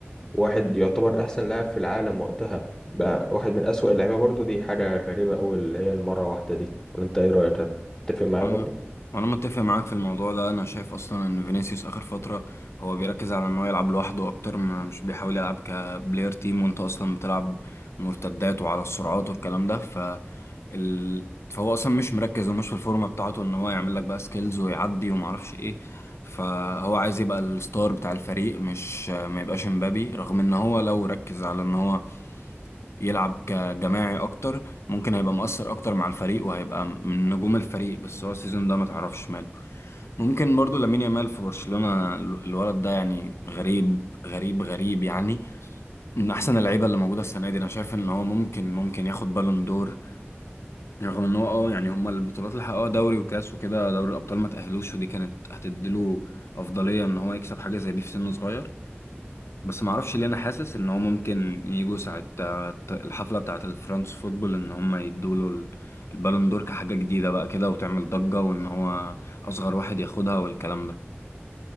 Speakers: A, in the centre; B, on the left.
A: واحد يعتبر احسن لاعب في العالم وقتها بقى واحد من اسوأ اللعيبه برضو دي حاجه غريبه قوي اللي هي المره واحده دي ولا انت ايه رايك هتتفق معايا
B: انا
A: برضو
B: انا متفق معاك في الموضوع ده انا شايف اصلا ان فينيسيوس اخر فتره هو بيركز على ان هو يلعب لوحده اكتر ما مش بيحاول يلعب كبلاير تيم وانت اصلا بتلعب مرتدات وعلى السرعات والكلام ده ف ال... فهو اصلا مش مركز ومش في الفورمه بتاعته ان هو يعمل لك بقى سكيلز ويعدي وما اعرفش ايه فهو عايز يبقى الستار بتاع الفريق مش ما يبقاش امبابي رغم ان هو لو ركز على ان هو يلعب كجماعي اكتر ممكن هيبقى مؤثر اكتر مع الفريق وهيبقى من نجوم الفريق بس هو السيزون ده ما تعرفش ماله ممكن برضو لامين يامال في برشلونة ال- الولد ده يعني غريب غريب غريب يعني من احسن اللعيبه اللي موجوده السنه دي انا شايف ان هو ممكن ممكن ياخد بالون دور رغم ان هو اه يعني هما البطولات اللي حققوها دوري وكاس وكده دوري الابطال ما تاهلوش ودي كانت هتديله افضليه ان هو يكسب حاجه زي دي في سن صغير بس ما اعرفش ليه انا حاسس ان هو ممكن يجوا ساعة آه، الحفلة بتاعة الفرنس فوتبول ان هم يدوا له البالون دور كحاجة جديدة بقى كده وتعمل ضجة وان هو اصغر واحد ياخدها والكلام ده